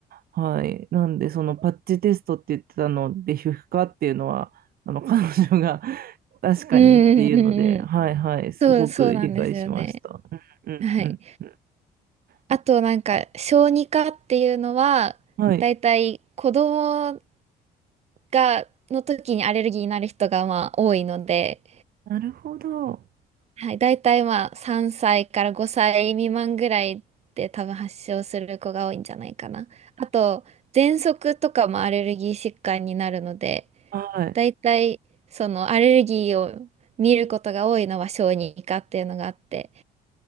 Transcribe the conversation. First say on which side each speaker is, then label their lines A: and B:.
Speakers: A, on the right; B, on the right.
A: はい。なんで、そのパッチテストって言ってたので、皮膚科っていうのは、あの、彼女が <laughs> 確かにっていうので、
B: うんうんうんうん。
A: はいはい、すごく理解しました。
B: そう、そうなんですよね。
A: うんうんう
B: はい。
A: ん。
B: あとなんか、小児科っていうのは、
A: はい。
B: だいたい子供が、の時にアレルギーになる人がまあ多いので、
A: なるほど。
B: はい、大体まあ3歳から5歳未満ぐらいで多分発症する子が多いんじゃないかな。あと、喘息とかもアレルギー疾患になるので、
A: はい。
B: 大体そのアレルギーを見ることが多いのは小児科っていうのがあって、